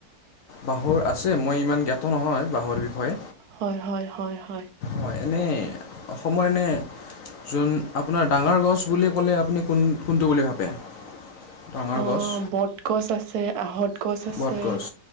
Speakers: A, on the left; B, on the right.
A: বাঁহৰ আছে মই ইমান জ্ঞাত নহয় বাঁহৰ বিষয়ে।
B: হয়-হয়-হয়-হয়।
A: হয় এনেই অসমৰ এনেই - যোন আপোনাৰ ডাঙৰ গছ বুলি ক'লে আপুনি কোন-কোনটো বুলি ভাবে? ডাঙৰ
B: অ
A: গছ
B: বটগছ, আছে আঁহত, - গছ আছে
A: বটগছ